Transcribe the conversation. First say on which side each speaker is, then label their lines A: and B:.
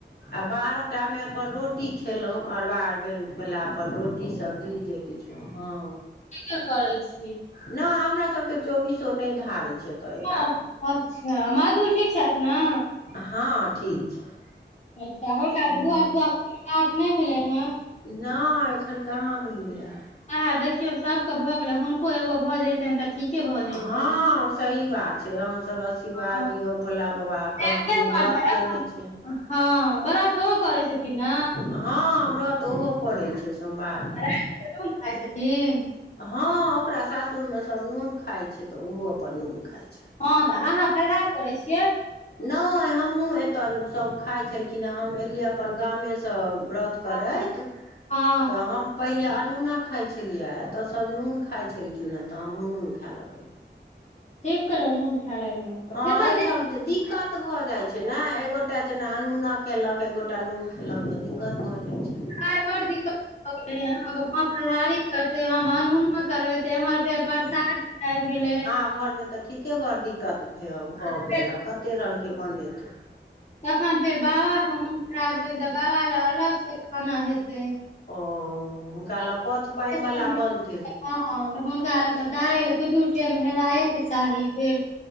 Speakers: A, on the left; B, on the left.
A: अ बारह टा मे अपन रोटी खेलहुं अरबा बला अपन रोटी सब्जी जे किछु ह हँ
B: तऽ करै छी।
A: नहि हमरा सभके चौबीसो नहि धारे छै तऽ एतऽ।
B: <unintelligible> अच्छा मधुर ठीक छथि ने?
A: हँ ठीक छै।
B: अच्छा हुनका
A: हँ
B: तऽ बुआ तुआ के बात नहि भेले हे।
A: नहि एखन कहाँ भेलैए।
B: आएा देखियौ सभके भऽ गेलै हुनको एगो भऽ जैतनि तऽ ठीके भऽ जैतनि
A: हँ सही बात छै अहाँसभ आशीर्वाद
B: हँ
A: दियौ भोला बाेबा
B: हेबे
A: कह न
B: करतै
A: व्रत
B: एखन।
A: केने छिय।
B: हँ बड़ त ओ करै छथिन ने?
A: हँ व्रत ओहो पड़ैत छै। सोमवारी
B: राइत क नुन खाइ छथिन?
A: हँ ओकरा सासुर मे सभ नून खाइ छय तऽ ओहो अपन नून खाइ छय।
B: हँ तऽ अहाँ फलहार करै छियै?
A: नइ हमहु एतऽ सब खाइ छलखिन हँ हम एलियै अपन गामे सँ व्रत करैत
B: हँ हँ
A: तऽ हम पहिले अनुना खाइ छलियै एतऽ सब नून खाइ छलखिन हँ तऽ हमहु नून खाय लगलिऐ।
B: ठीक कहलहुँ नून खाय लगलहुँ तऽ
A: हँ
B: जतऽ
A: एहिठाम दिक्कत भऽ जाइत छै ने एगोटा जेना अनूना केलक एकगोटा नून खेलक तऽ दिक्कत भऽ जाइ छय।
B: नय बड़ दिक्कत भ गेलथि सब फलहारी करतय हम अनुना करबय। त एम्हर फेर प्रसाद आबि गेलय।
A: घर मे तऽ ठीके बड़ दिक्कत भ्य भऽ
B: फेर
A: गेल आब कत्ते रंग के बनेतय।
B: तखन फेर बाबा के मुन खराब छय तऽ बाबा ल अलग से खाना हेतय।
A: ओ हुनका लऽ पथ पानि
B: के
A: वाला बनतय।
B: हँ तऽ हुनका ल तऽ दालि दुनू टेम हेवाए के चाही फेर।